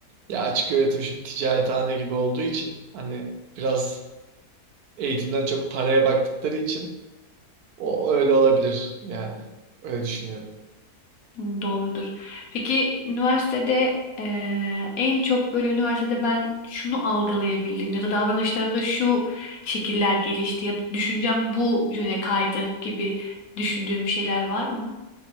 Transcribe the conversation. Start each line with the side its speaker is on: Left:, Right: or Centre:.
Right: Ya açık öğretim şimdi ticarethane gibi olduğu için hani biraz eğitimden çok paraya baktıkları için o öyle olabilir yani. Öyle düşünüyorum.
Left: Hı, Doğrudur. Peki üniversitede eee, en çok böyle üniversitede ben şunu algılayabildim ya da davranışlarımda şu şekiller gelişti ya da düşüncem bu yöne kaydı gibi düşündüğüm bir şeyler var mı?